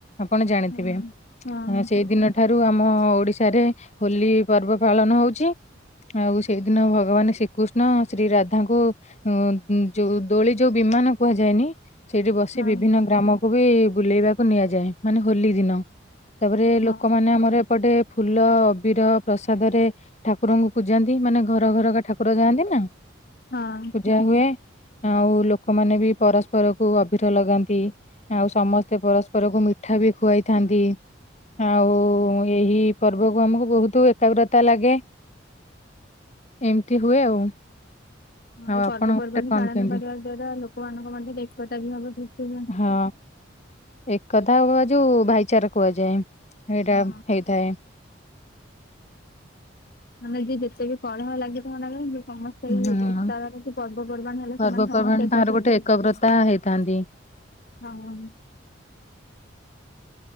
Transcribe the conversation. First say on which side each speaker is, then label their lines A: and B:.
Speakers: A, on the left; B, on the left.
A: ଆପଣ ଜାଣିଥିବେ।
B: ହଁ ହଁ
A: ସେଇ ଦିନ ଠାରୁ ଆମ ଓଡିଶାରେ ହୋଲି ପର୍ବ ପାଳନ ହଉଚି। ଆଉ ସେଇଦିନ ଭଗବାନ ଶ୍ରୀକୃଷ୍ଣ ଶ୍ରୀ ରାଧାଙ୍କୁ ଅ ଯୋଉ ଦୋଳି ଯୋଉ ବିମାନ କୁହାଯାଏନି ସେଇଠି ବସି
B: ହଁ
A: ବିଭିନ୍ନ ଗ୍ରାମକୁ ବି ବୁଲେଇବାକୁ ନିଆଯାଏ। ମାନେ ହୋଲି ଦିନ। ତାପରେ
B: ହଁ
A: ଲୋକମାନେ
B: ହଁ।
A: ଆମର ଏପଟେ ଫୁଲ ଅବିର ପ୍ରସାଦରେ ଠାକୁରଙ୍କୁ ପୂଜନ୍ତି। ମାନେ ଘର ଘରକା ଠାକୁର ଯାଆନ୍ତି ନା।
B: ହଁ।
A: ପୂଜା ହୁଏ ଆଉ ଲୋକମାନେ ବି ପରସ୍ପରକୁ ଅଭିର ଲଗାନ୍ତି ଆଉ ସମସ୍ତ ତ ପରସ୍ପରକୁ ମିଠା ବି ଖୁଆଇଥାନ୍ତି। ଆଉ ଏହି ପର୍ବକୁ ଆମକୁ ବହୁତ ଏକାଗ୍ରତା ଲାଗେ। ଏମିତି ହୁଏ ଆଉ।
B: ହଁ
A: ଆଉ
B: ଏଇ
A: ଆପଣ
B: ପର୍ବପର୍ବାଣିୀ
A: ଗୋଟେ କଣ
B: ପାଳନ
A: କେମିତି?
B: କରିବା ଦ୍ଵାରା ଲୋକମାନଙ୍କ ମଧ୍ୟ ଏକତା ବି ଭାବ ସୃଷ୍ଟି ହୁଏ।
A: ହଁ। ଏକତା ଆଉ ଯୋଉ ଭାଇଚାରା କୁହାଯାଏ। ଏଇଟା
B: ହଁ
A: ହେଇଥାଏ।
B: ମାନେ ଯିଏ ଯେତେ ବି କଳହ ଲାଗିଥାଉନା କାହିଁକି ସମସ୍ତେ
A: ହୁଁ
B: ଏଇ ଏକତା କି ପର୍ବପର୍ବାଣି ହେଲେ
A: ପର୍ବପର୍ବାଣି
B: ସେମାନେ ସମସ୍ତେ ଏକାଠି
A: ତାଙ୍କର ଗୋଟେ
B: ହୁଅନ୍ତି।
A: ଏକଗ୍ରତା ହେଇଥାନ୍ତି।
B: ହଁ।